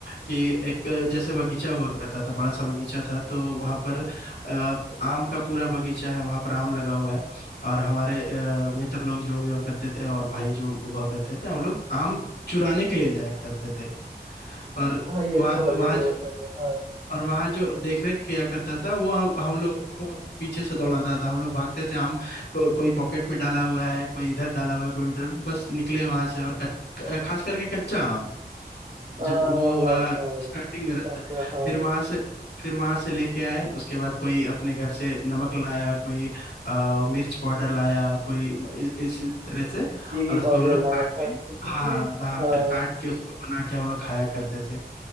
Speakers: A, on the left; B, on the right.
A: कि एक जैसे बगीचा हुआ करता था बड़ा सा बगीचा था तो वहां
B: हाँ
A: पर
B: हाँ
A: अ, आम का पूरा बगीचा है वहां पर आम लगा हुआ है और हमारे अ, मित्र लोग जो हुआ करते थे और भाई जो हुआ करते थे हम लोग
B: हम्म,
A: आम चुराने के लिए जाया करते थे और
B: हाँ ये
A: वहाँ
B: तो हर
A: वहाँ
B: जगह होता
A: जो
B: था हाँ
A: और वहाँ जो देख रेख किया करता था वो हम हम लोग को पीछे से दौड़ाता था हम लोग भागते थे हम को, कोई पॉकेट में डाला हुआ है कोई इधर डाला हुआ है कोई उधर बस निकले वहां से और कच, खास करके कच्चा आम
B: हाँ
A: जब वो
B: हाँ हाँ
A: स्टार्टिंग
B: खट्टा
A: में रहता
B: सा
A: है
B: हाँ
A: फिर वहां से फिर वहां से लेके आए उसके बाद कोई अपने घर से नमक लाया कोई अ, मिर्च पाउडर लाया कोई इस, इस तरह से
B: चीनी
A: और उसको
B: पाउडर
A: हम लोग
B: लाया
A: काट
B: हाँ
A: के हाँ हाँ हाँ,
B: हाँ
A: फिर काट के उसको बना के हम लोग खाया करते थे